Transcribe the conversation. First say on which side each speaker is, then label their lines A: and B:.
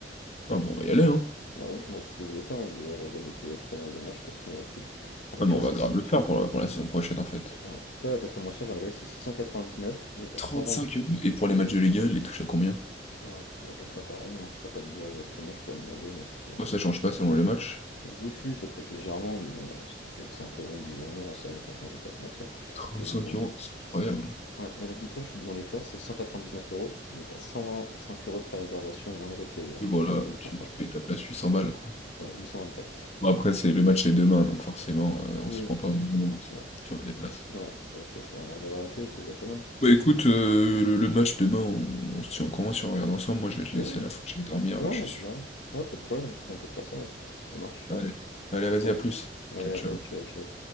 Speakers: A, on the left (about 35°); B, on the left (about 75°).
A: Ah bon, on va y aller, hein.
B: Ah ouais, moi, c'est ce que je vais faire. hein, je- Déjà, je regrette de payer très l'année dernière, je sais pas ce qu'il m'a pris. En fait,
A: Ah,
B: tu
A: mais
B: vois,
A: on
B: c'est
A: va grave
B: si.
A: le faire pour la, pour la saison prochaine en fait.
B: Ouais. Toi, la place la moins chère, j'ai regardé, c'est 699, mais t'as
A: Trente
B: 120,
A: cinq euros. Et pour les matchs de Ligue 1, il les touche à combien?
B: Ah, à peu près pareil, hein, Je saurais pas te dire exactement, je pourrais demander, mais je savais pas
A: Oh, ça
B: te dire.
A: change pas selon les matchs.
B: Oui, si, ça peut être légèrement, mais bon, c'était peut-être 5 euros ou 10 euros, moi j'en sais rien, franchement, je vais pas te mentir.
A: Trente
B: Mais je
A: cinq
B: lui demanderai.
A: euros, c'est incroyable.
B: Ouais, mais là, dis-toi, je suis devant les places, c'est 199 euros, mais t'as 125 euros de frais de réservation et 20 euros de TVA,
A: Et
B: donc
A: voilà,
B: tu rajoutes
A: tu,
B: cent cinq
A: tu payes ta place 800 balles quoi.
B: Ouais, huit cent vingt-quatre
A: Bon, après, c'est le match est demain, donc forcément, euh, on
B: Oui,
A: s'y prend pas
B: c'est sûr.
A: au moment si
B: Ouais,
A: si on veut des places.
B: non, ouais, c'est vrai que c'est cher, on le regardera à la télé, c'est déjà pas mal.
A: Bah écoute, euh, le, le match demain, on, on se tient au courant si on regarde ensemble. Moi, je vais te
B: Ouais,
A: laisser là, faut que j'aille dormir,
B: ouais, on
A: je suis.
B: se dit, hein. Ouais, pas de problème, en tout cas, on peut se faire ça, ouais. Ça marche.
A: Allez, allez, vas-y,
B: Bon,
A: à
B: allez,
A: plus.
B: allez,
A: Ciao, ciao.
B: à plus, ciao, ciao.